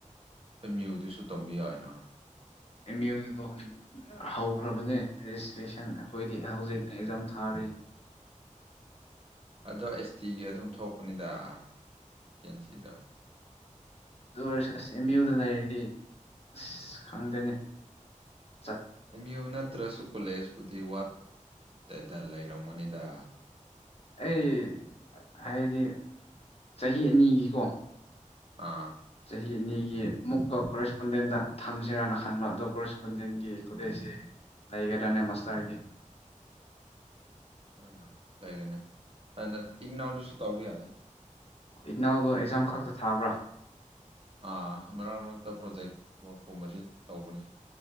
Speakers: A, on the right; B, on the left.
A: ꯑꯦꯝ ꯌꯨꯗꯨꯁꯨ ꯇꯝꯕ ꯌꯥꯏꯅ
B: ꯑꯦꯝ ꯌꯨꯗꯣ ꯍꯟ ꯍꯧꯈ꯭ꯔꯕꯅꯦ ꯔꯦꯖꯤꯁꯇ꯭ꯔꯦꯁꯟ ꯑꯩꯈꯣꯏꯗꯤ ꯍꯧꯖꯤꯛ ꯑꯦꯛꯖꯥꯝ ꯊꯥꯔꯤ
A: ꯑꯗꯣ ꯑꯩꯁ ꯇꯤꯒꯤ ꯑꯗꯨꯝ ꯊꯣꯛꯄꯅꯤꯗ ꯚꯦꯀꯦꯟꯁꯤꯗꯣ
B: ꯗꯨ ꯑꯣꯏꯔꯁꯨ ꯑꯁ ꯑꯦꯝ ꯌꯨꯗ ꯂꯩꯔꯗꯤ ꯑꯁ ꯈꯪꯗꯦꯅꯦ ꯆꯠ
A: ꯑꯦꯝ ꯌꯨ ꯅꯠꯇ꯭ꯔꯁꯨ ꯀꯣꯂꯦꯖꯄꯨꯗꯤ ꯋꯥꯠ ꯇꯦꯗ ꯂꯩꯔꯝꯒꯅꯤꯗ
B: ꯑꯩ ꯍꯥꯏꯗꯤ ꯆꯍꯤ ꯑꯅꯤꯒꯤꯀꯣ
A: ꯑꯥ
B: ꯆꯍꯤ ꯑꯅꯤꯒꯤ ꯑꯃꯨꯛꯀ ꯀꯣꯔꯦꯁꯄꯣꯟꯗꯦꯟꯗ ꯊꯝꯁꯤꯔꯥꯅ ꯈꯟꯕ ꯑꯗꯣ ꯀꯣꯔꯦꯁꯄꯣꯟꯗꯦꯟꯒꯤ ꯀꯣꯂꯦꯖꯁꯦ ꯂꯩꯒꯗ꯭ꯔꯅꯦ ꯃꯥꯁꯇꯔꯒꯤ
A: ꯍꯣꯏꯅ ꯂꯩꯒꯅꯤ ꯑꯅ ꯏꯒꯅꯧꯗꯁꯨ ꯇꯧꯕ ꯌꯥꯏ
B: ꯏꯒꯅꯧꯗꯣ ꯑꯦꯛꯖꯥꯝ ꯈꯛꯇ ꯊꯥꯕ꯭ꯔꯥ
A: ꯑꯥ ꯃꯔꯛ ꯃꯔꯛꯇ ꯄ꯭ꯔꯣꯖꯦꯛ ꯋꯥꯔꯛꯀꯨꯝꯕꯗꯤ ꯇꯧꯕꯅꯤ